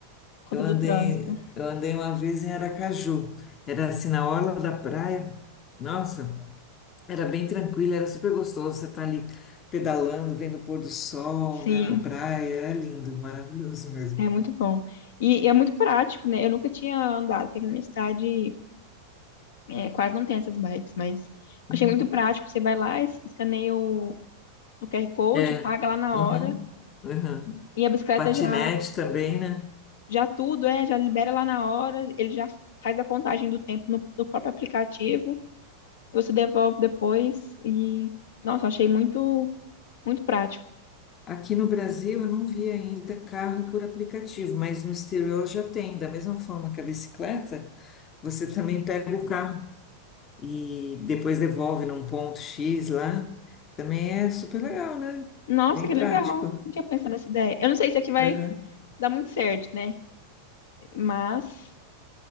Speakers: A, on the left; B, on the left.
A: por conta
B: eu andei,
A: do trânsito.
B: eu andei uma vez em Aracaju. Era assim na orla da praia. Nossa, era bem tranquilo, era super gostoso. Você tá ali pedalando, vendo o pôr do sol,
A: Sim.
B: né, na praia. É lindo, maravilhoso mesmo.
A: É muito bom. E, e é muito prático, né? Eu nunca tinha andado, porque aqui na minha cidade é, quase não tem essas bikes, mas
B: Uhum.
A: achei muito prático. Você vai lá, es- escaneia o, o QR Code,
B: É.
A: paga lá na
B: Uhum.
A: hora,
B: Uhum.
A: e a bicicleta
B: Patinete
A: já,
B: também, né?
A: já tudo, é, já libera lá na hora, ele já faz a contagem do tempo no, no próprio aplicativo, e você devolve depois, e, nossa, achei muito, muito prático.
B: Aqui no Brasil eu não vi ainda carro por aplicativo, mas no exterior já tem. Da mesma forma que a bicicleta, você também pega o carro e depois devolve num ponto X lá. Também é super legal, né?
A: Nossa,
B: Bem
A: que legal.
B: prático.
A: Não tinha pensado nessa ideia. Eu não sei se aqui vai
B: Aham.
A: dar muito certo, né? Mas.